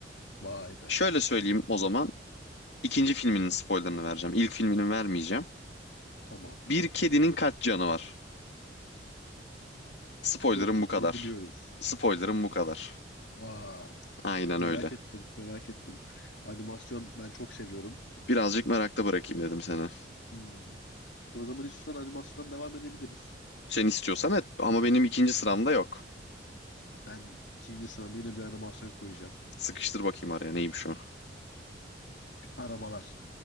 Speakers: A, on the left (about 85°); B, on the left (about 70°).
A: Vay be.
B: Şöyle söyleyeyim o zaman. İkinci filminin spoilerını vereceğim. İlk filminin vermeyeceğim.
A: Tamam.
B: Bir kedinin kaç canı var? Spoiler'ım
A: 9'u
B: bu kadar.
A: biliyoruz.
B: Spoiler'ım bu kadar.
A: Vay,
B: Aynen
A: Merak
B: öyle.
A: ettim, merak ettim. Animasyon ben çok seviyorum.
B: Birazcık merakta bırakayım dedim seni.
A: Hmm. O zaman istiyorsan animasyondan devam edebiliriz.
B: Sen istiyorsan et ama benim ikinci sıramda yok.
A: Ben ikinci sırama yine bir animasyon koyacağım.
B: Sıkıştır bakayım araya neymiş o.
A: Arabalar.